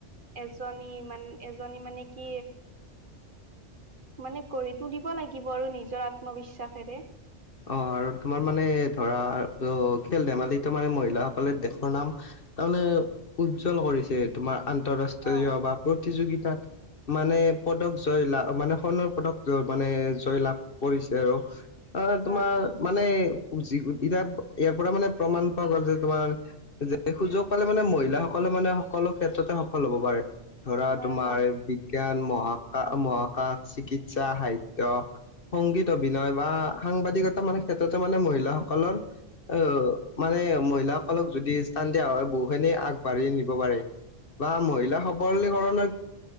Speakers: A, on the right; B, on the left.
A: এজনী মান এজনী মানে কি মানে গঢ়ি তুলিব লাগিব আৰু নিজৰ আত্মবিশ্বাসেৰে
B: অ আৰু তোমাৰ মানে ধৰা অ খেল ধেমালিটো মানে মহিলাসকলে দেশৰ নাম তাৰমানে উজ্জ্বল কৰিছে তোমাৰ আন্তৰাষ্ট্ৰীয়
A: হয়
B: বা প্ৰতিযোগিতাত মানে পদক জয় লাভ মানে সোণৰ পদক জ মানে জয় লাভ কৰিছে আৰু অ
A: হয়
B: তোমাৰ মানে জি এতিয়া ইয়াৰ পৰা মানে প্ৰমাণ পোৱা গ'ল যে তোমাৰ যে সুযোগ পালে মানে মহিলাসকল মানে সকলো ক্ষেত্ৰতে সফল হ'ব পাৰে ধৰা
A: হয়
B: তোমাৰ
A: হয়
B: বিজ্ঞান মহাকাশ মহাকাশ চিকিৎসা সাহিত্যয় সংগীত অভিনয় বা সাংবাদিকতা মানে ক্ষেত্ৰতে মানে মহিলাসকলৰ আহ মানে মহিলাসকলক যদি স্থান দিয়া হয় বহুখিনি আগবাঢ়ি নিব পাৰে। বা মহিলা সবলীকৰণত